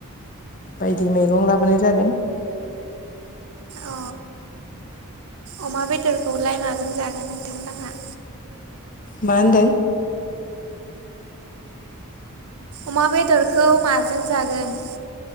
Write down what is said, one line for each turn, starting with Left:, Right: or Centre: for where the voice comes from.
Left: बायदि मैगं लाबोनाय जादों।
Right: अ अमा बेदरखौलाय माजों जागोन नोंथांलाहा।
Left: मा होनदों?
Right: अमा बेदरखौ माजों जागोन?